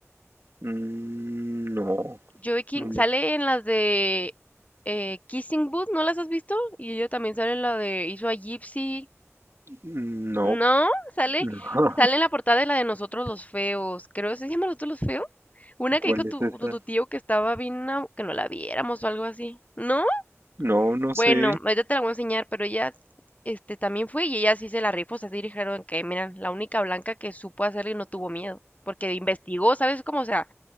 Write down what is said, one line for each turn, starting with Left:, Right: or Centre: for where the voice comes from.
Right: Mm, no,
Left: Joey King
Right: no, me-
Left: sale en las de eh, Kissing Booth, ¿no las has visto? Y ella también sale en la de hizo a Gypsy
Right: mm, no,
Left: No,
Right: <laughs>
Left: sale,
Right: no.
Left: sale en la portada de la de Nosotros los Feos. Creo, que ¿se llama Nosotros los Feos? Una
Right: ¿Cuál
Left: que dijo tu,
Right: es esa?
Left: tu, tu tío que estaba bien, a- que no la viéramos o algo así. ¿No?
Right: No, no
Left: Bueno,
Right: sé.
Left: ahorita te la voy a enseñar, pero ella, este, también fue y ella sí se la rifó, o sea, sí dijeron que, mira, la única blanca que supo hacerlo y no tuvo miedo. Porque investigó, ¿sabes cómo? O sea,